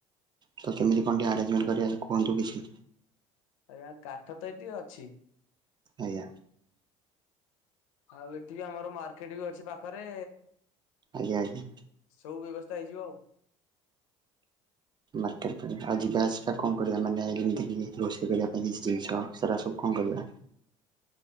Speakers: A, on the right; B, on the left.
A: ତ କେମିତି କଣ ଟିକିଏ ଆରେଞ୍ଜମେଣ୍ଟ କରିବା କୁହନ୍ତୁ କିଛି।
B: ଆଜ୍ଞା କାଠ ତ ଏଠି ଅଛି।
A: ଆଜ୍ଞା।
B: ଆଉ ଏଠି ବି ଆମର ମାର୍କେଟ ବି ଅଛି ପାଖରେ।
A: ଆଜ୍ଞା ଆଜ୍ଞା।
B: ସବୁ ବ୍ୟବସ୍ଥା ହେଇଯିବ ଆଉ।
A: ମାର୍କେଟ ଆଉ ଯିବା ଆସିବା କଣ କରିବା ମାନେ ଯେମିତି କି ରୋଷେଇ କରିବା ପାଇଁ କିଛି ଜିନିଷ ସେରା ସବୁ। କଣ କରିବା?